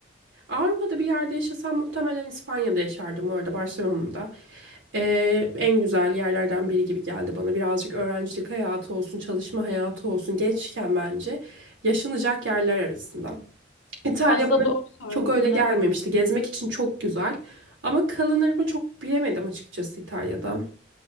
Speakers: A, on the right; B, on the left.
A: Avrupa'da bir yerde yaşasam muhtemelen İspanya'da yaşardım orada Barcelona'da. Ee, en güzel yerlerden biri gibi geldi bana. Birazcık öğrencilik hayatı olsun, çalışma hayatı olsun gençken bence yaşanacak yerler arasında. İtalya
B: Aslında
A: bana
B: doğru söylüyorsun,
A: çok öyle gelmemişti.
B: evet.
A: Gezmek için çok güzel ama kalınır mı çok bilemedim açıkçası İtalya'da.